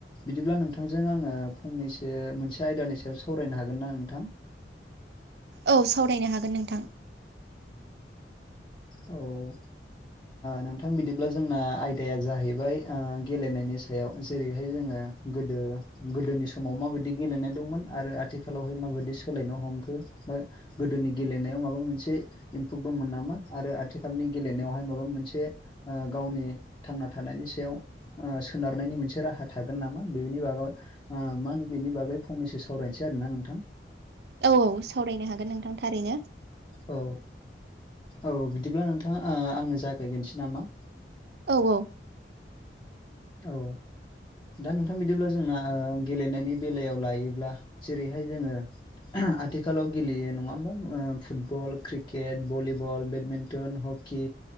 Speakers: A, on the left; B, on the right.
A: बिदिब्ला नोंथांजों आङो फंनैसो मोनसे आयदानि सायाव सावरायनो हागोन ना नोंथां
B: औ सावरायनो हागोन नोंथां
A: औ नोंथां बिदिब्ला जोंना आयदाया जाहैबाय गेलेनायनि सायाव जेरैहाय जोङो गोदो गोदोनि समाव माबायदि गेलेनाय दंमोन आरो आथिखालावहाय माबायदि सोलायनो हमखो गोदोनि गेलेनायाव माबा मोनसे इम्पुभ दंमोन नामा आरो आथिखालनि गेलेनायावहाय माबा मोनसे गावनि थांना थानायनि सायाव सोनारनायनि मोनसे राहा थागोन नामा बेनि बागै मा होनो बेनि बागै फंनैसो सावरायसै आरो ना नोंथां
B: औ औ सावरायनो हागोन नोंथां थारैनो
A: औ औ बिदिब्ला नोंथाङा आंनो जागायग्रोनोसै नामा
B: औ औ
A: औ दा नोंथां बिदिब्ला जोंना गेलेनायनि बेलायाव लायोब्ला जेरैहाय जोङो आथिखालाव गेलेयो नङा होमबा football cricket volleyball badminton hockey